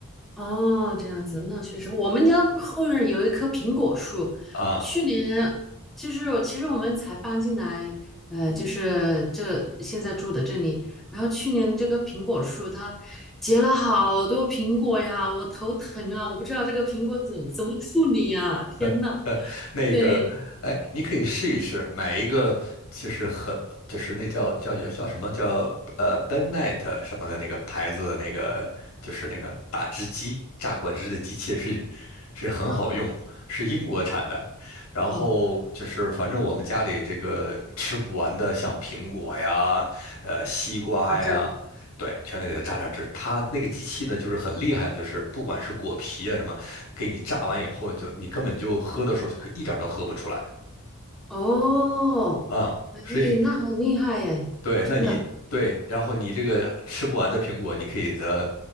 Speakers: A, in the centre; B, on the left.
A: 哦，这样子，那确实，我们家后院儿有一棵苹果树，
B: 啊，
A: 去年就是我其实我们才搬进来，呃，就是这现在住的这里，然后去年这棵苹果树它结了好多苹果呀，我头疼啊，我不知道这个苹果怎么怎么处理呀，天呐，
B: <laughs> 呃，那个，
A: 对，
B: 哎，你可以试一试，买一个，就是很，就是那叫叫叫叫什么叫呃 b e n e t 什么的那个牌子的那个，就是那个打汁机，榨果汁的机器是是很好用，
A: 啊，
B: 是英国产的。然后就是反正我们家里这个吃不完的，
A: 哦，
B: 像苹果呀，呃，西瓜呀。
A: 打汁儿，
B: 对，全都给它榨榨汁。它那个机器呢，就是很厉害，就是不管是果皮啊什么，给你榨完以后，你就你根本就喝的时候一点儿都喝不出来
A: 哦，
B: 啊、
A: 哎，
B: 所以
A: 那很厉害哎，
B: 对，
A: 真的，
B: 那你对，然后你这个吃不完的苹果，你可以的